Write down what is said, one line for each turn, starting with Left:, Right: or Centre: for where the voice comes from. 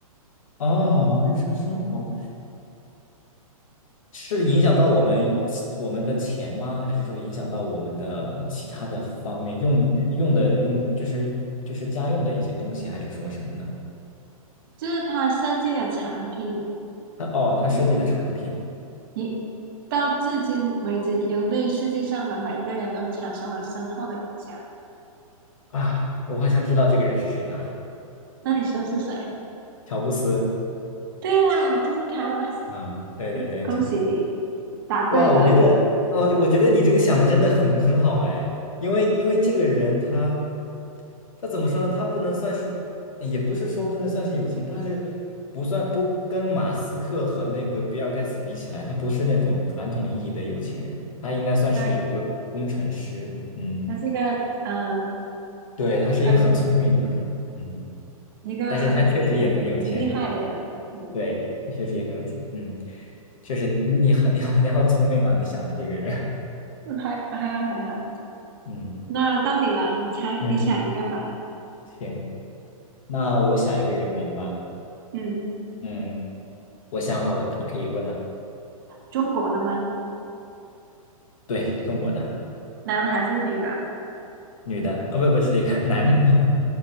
Left: 哦，日常生活是影响到我们我们的钱吗？还是说影响到我们的其他的方面？用用的用就是就是家用的一些东西，还是说什么呢？
Right: 就是他设计的产品，
Left: 他哦，他设计的产品
Right: 一一到至今为止，已经对世界上的每个人都产生了深厚的影响。
Left: 啊，我好像知道这个人是谁了，
Right: 那你说是谁？
Left: 乔布斯。
Right: 对啦，就是他。<laughs>
Left: 嗯，对对对，
Right: 恭喜你
Left: 乔。
Right: 答对了。
Left: 哇，我觉得，哦，我觉得你这个想的真的很很好哎，因为因为这个人他他怎么说呢？他不能算是，也不是说不能算是有钱，他是不算不跟马斯克和那个比尔盖茨比起来，他不是那种传统意义的有钱人，他应该算是一个工程师，
Right: 对，
Left: 嗯，
Right: 他是一个呃
Left: 对，他是一个很聪明的人，
Right: 呃
Left: 嗯，
Right: 一个很很很厉害的人。
Left: 但是他确实也很有钱，
Right: 嗯，
Left: 对，确实也很有钱，嗯，确实你你很你很你好聪明啊，你想的这个人，
Right: 还还好还好。
Left: <laughs> 嗯
Right: 那到你了，你猜，
Left: 嗯。
Right: 你想一个吧。
Left: 行，那我想一个人名吧。
Right: 嗯，
Left: 嗯，我想好了，你可以问了。
Right: 中国的吗？
Left: 对，中国的
Right: 男的还是女的？
Left: 女的，啊，不不是那个 <laughs> 男的，